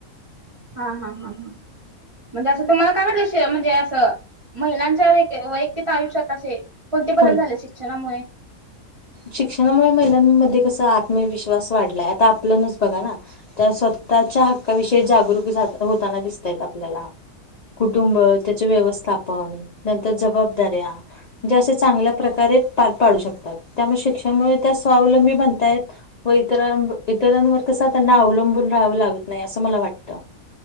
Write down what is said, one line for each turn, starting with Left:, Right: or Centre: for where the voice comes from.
Right: हां, हां, हां, ह म्हणजे असं तुम्हाला काय? वाटल म्हणजे असं. महिलांच्या वैयक्तिक आयुष्यात असे कोणते?
Left: कोण
Right: बदल झाले शिक्षणामुळे.
Left: शिक्षणामुळे महिलांमध्ये कसा आत्मविश्वास वाढलाय आता आपलंनच बघा ना. त्या स्वतःच्या हक्काविषयी जागरूक होताना दिसतायेत आपल्याला. कुटुंब त्याचे व्यवस्थापन नंतर जबाबदाऱ्या. म्हणजे असं चांगल्या प्रकारे पार पारू शकतात त्यामुळे शिक्षणामुळे त्या स्वावलंबी बनतायत. व इतरां इतरांवर कसं त्यांना अवलंबून राहावं लागत नाही असं मला वाटतं.